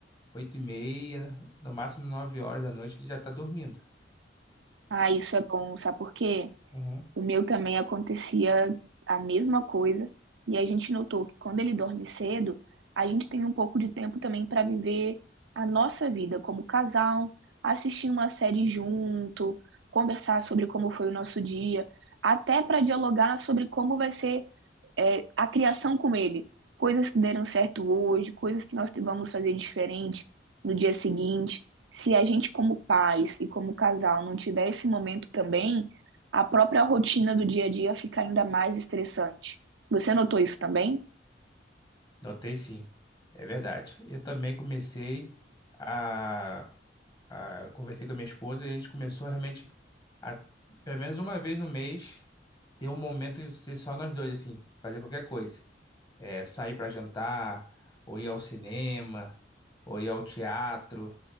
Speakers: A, on the left (about 20°); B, on the right (about 85°).
A: 8 e meia, no máximo 9 horas da noite ele já está dormindo.
B: Ah, isso é bom, sabe por quê?
A: Uhum.
B: O meu também acontecia a mesma coisa, e a gente notou que quando ele dorme cedo, a gente tem um pouco de tempo também para viver a nossa vida como casal, assistir uma série junto, conversar sobre como foi o nosso dia, até para dialogar sobre como vai ser é, a criação com ele. Coisas que deram certo hoje, coisas que nós vamos fazer diferente no dia seguinte. Se a gente, como pais e como casal, não tiver esse momento também, a própria rotina do dia a dia fica ainda mais estressante. Você notou isso também?
A: Notei sim, é verdade. Eu também comecei a, a conversei com a minha esposa e a gente começou realmente a, pelo menos uma vez no mês, ter um momento de ser só nós dois, assim, fazer qualquer coisa. É, sair para jantar, ou ir ao cinema, ou ir ao teatro,